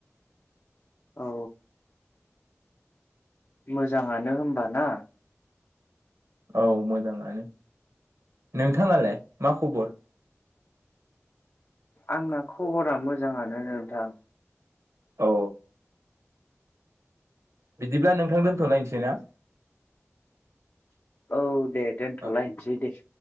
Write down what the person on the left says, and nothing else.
औ। मोजाङानो होमबा ना।
आंना खबरा मोजाङानो नोंथां।
औ दे दोनथ'लायनोसै
दे।